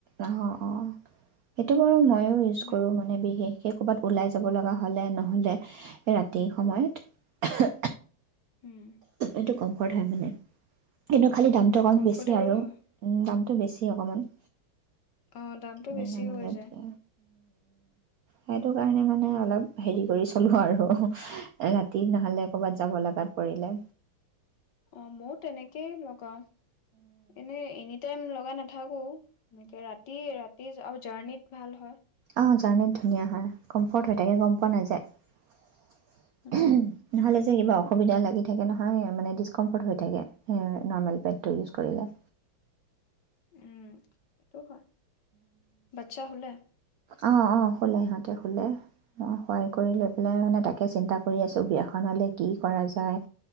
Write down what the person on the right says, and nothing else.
অ', অ'। সেইটো বাৰু মই ইউজ
কৰো
মানে বিশেষকে ক'বাত ওলাই জাব লগা হলে নহলে ৰাতি সময়ত
এইটো কম্ফৰ্ট হয় মানে কিন্তু খালি দামটো
অকণ
বেছি আৰু উ
দাম টো বেছি অকণমান
এনে
নৰ্মেলতকৈ
সেইটো কাৰণে মানে অলপ হেৰি কৰি চলো আৰু ৰাতি নহ'লে ক'ৰবাত যাব লগাত পৰিলে
অঁ জাৰ্ণিত ধুনীয়া হয় কমফৰ্ট হৈ থাকে গম পোৱা নাযায়
নহ'লে এ কিবা অসুবিধা লাগি থাকে নহয় মানে ডিছকম্ফৰ্ত হৈ থাকে নৰমেল পেণ্টটো ইউচ কৰিলে।
অ', অ', শুলে, সিহঁতে শুলে মই সহায় কৰি লৈ পেলাই মানে তাকে চিন্তা কৰি আছোঁ বিয়াখন হ'লে কি কৰা যায়